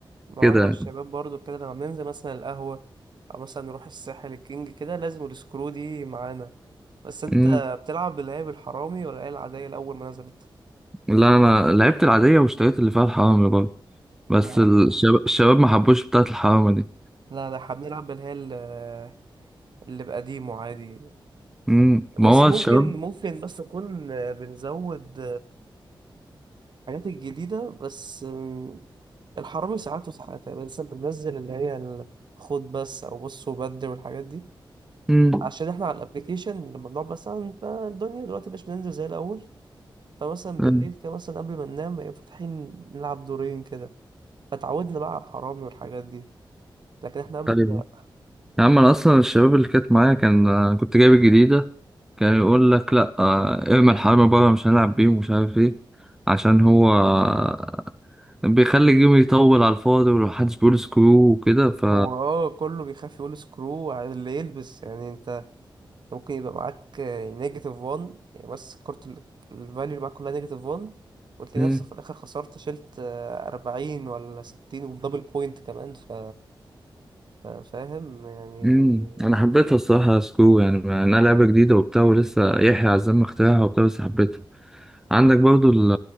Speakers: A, on the right (about 60°); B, in the centre.
A: ما
B: كده
A: هو انا والشباب
B: يعني
A: برضو كده لما بننزل مثلا القهوة او مثلا نروح الساحل الكينج كده لازم السكرو دي معانا بس انت
B: مم.
A: بتلعب باللي هي بالحرامي ولا هي العادية الاول ما نزلت
B: لا انا لعبت العاديه واشتريت اللي فيها الحرامي برضه بس
A: لا
B: الشباب الشباب ما حبوش بتاعه الحرامي دي
A: لا لا احنا بنلعب باللي هي ال- اللي بقديمه عادي
B: مم. ما
A: بس
B: هو
A: ممكن
B: الشباب
A: ممكن بس نكون بنزود الحاجات الجديدة بس أم، الحرامي ساعات وساعات يعني لسه بننزل اللي هي ال- خد بس أو بص وبدل والحاجات دي
B: مم.
A: عشان احنا على الابليكيشن لما بنقعد مثلا انت الدنيا دلوقتي مش بننزل زي الأول فمثلا
B: مم.
A: بالليل كده مثلا قبل ما ننام يبقى فاتحين نلعب دورين كده فتعودنا بقى على الحرامي والحاجات دي لكن احنا قبل
B: طيب
A: كده لأ.
B: يا عم انا اصلا الشباب اللي كانت معايا كان آه، كنت جايب الجديده كان يقول لك لا آه، ارمي الحرامي بره مش هنلعب بيه ومش عارف ايه عشان هو آه، بيخلي الجيم يطول على الفاضي ومحدش بيقول سكرو وكده ف
A: هو اه كله بيخاف يقول سكرو على اللي يلبس يعني انت ممكن يبقى معاك نيجاتيف 1 يعني بس كارت الفاليو اللي معاك كلها نيجاتيف 1 وتلاقي
B: مم.
A: نفسك في الآخر خسرت شلت آه، أربعين ولا ستين ودبل بوينت كمان ف... ف- فاهم يعني
B: مم. انا حبيتها الصراحه سكرو يعني ما- انها لعبه جديده وبتاع ولسه يحيى عزام اخترعها وبتاع بس حبيتها عندك برضو ال-